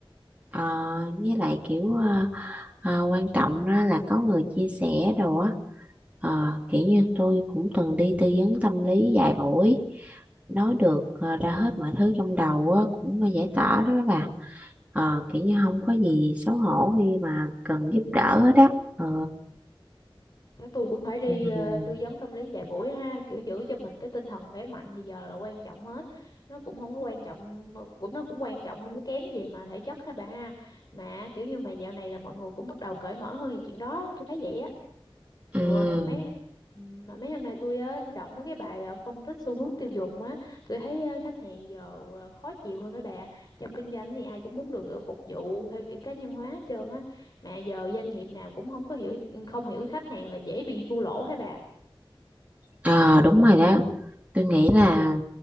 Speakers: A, on the right; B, on the left.
A: Ờ, với lại kiểu ờ, ờ, quan trọng đó là có người chia sẻ đồ á Ờ, kiểu như tôi cũng từng đi tư vấn tâm lý vài buổi nói được ờ, ra hết mọi thứ trong đầu á, cũng là giải tỏa đó bà Ờ, kiểu như không có gì xấu hổ khi mà cần giúp đỡ hết á Ờ,
B: Chắc tôi cũng phải đi
A: ừ,
B: ờ, tư vấn tâm lý vài buổi ha, kiểu giữ cho mình cái tinh thần khỏe mạnh thì giờ là quan trọng hết. Nó cũng không có quan trọng cũng nó cũng quan trọng không có kém gì mà thể chất ha bà ha. Mà kiểu như mà dạo này là mọi người cũng bắt đầu cởi mở hơn về chuyện đó, tôi thấy vậy á.
A: ừ.
B: Ừ, mà mấy ừm, mà mấy hôm nay tôi á tôi đọc mấy cái bài ờ, phân tích xu hướng tiêu dùng á tôi thấy ờ, khách hàng giờ ờ, khó chịu hơn các bà trong kinh doanh thì ai cũng muốn được ờ, phục vụ theo kiểu cá nhân hóa hết trơn á mà giờ doanh nghiệp nào cũng không có hiểu không hiểu khách hàng là dễ bị thua lỗ hả bà
A: Ờ, đúng rồi đó tôi nghĩ là